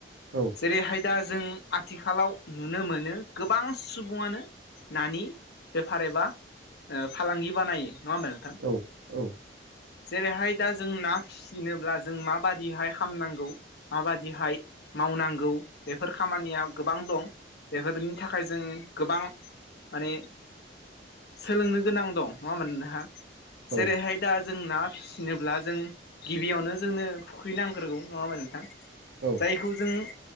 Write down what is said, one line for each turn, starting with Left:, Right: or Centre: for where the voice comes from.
Right: औ
Left: जेरैहाय दा जों आथिखालाव नुनो मोनो गोबां सु सुबुङानो नानि बेफार एबा फालांगि बानायो नङा होनबा नोंथां
Right: औ औ
Left: जेरैहाय दा जों ना फिसिनोब्ला जों माबादिहाय हामनांगौ माबादिहाय मावनांगौ बेफोर खामानिया गोबां दं बेफोरनि थाखाय जों गोबां माने सोलोंनो गोनां दं नङा <unintelligible> जेरैहाय
Right: औ
Left: दा जों ना फिसिनोब्ला जों गिबियावनो जोंनो फुख्रै नांग्रोगौ नङा होमबा नोंथां
Right: औ
Left: जायखौ जों